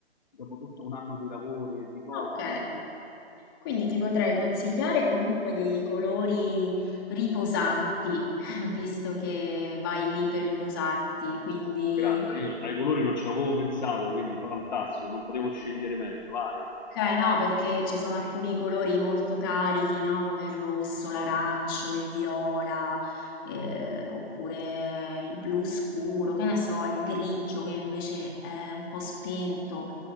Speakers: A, on the left; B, on the left.
A: dopo tutto un anno di lavori e di cose,
B: Ok.
A: quindi
B: Quindi ti potrei consigliare comunque dei colori riposanti, <laughs> visto che vai lì per riposarti, quindi
A: grande. Io ai colori non ci avevo pensato, quindi fantastico, non potevo scegliere meglio, vai.
B: Ok, no, perché ci sono alcuni colori molto carichi, no? Come il rosso, l'arancio, il viola, eh, oppure il blu scuro, che ne so, il grigio che invece è un po' spento,